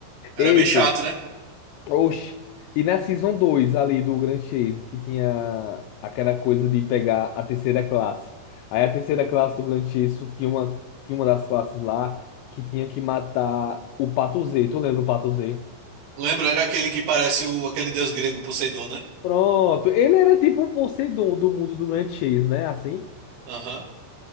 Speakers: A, on the right (about 80°); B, on the left (about 85°).
A: Era
B: Ei,
A: bem chato,
B: pô.
A: né?
B: Oxi. E na Season 2 ali do Grand Chase, que tinha aquela coisa de pegar a terceira classe. Aí a terceira classe do Grand Chase só tinha uma, tinha uma das classes lá que tinha que matar o Pato Z. Tu lembra o Pato Z?
A: Lembro, era aquele que parece o, aquele deus grego Poseidon, né?
B: Pronto. Ele era tipo o Poseidon do mundo do Grand Chase, né? Assim.
A: Aham.